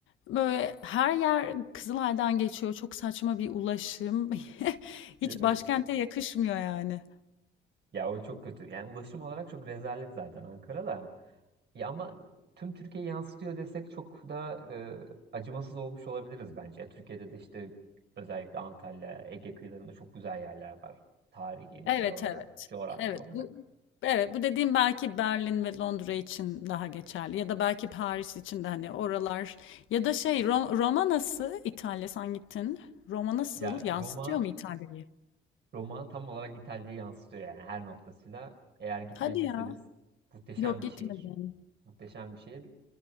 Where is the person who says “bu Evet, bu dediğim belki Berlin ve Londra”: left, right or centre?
Left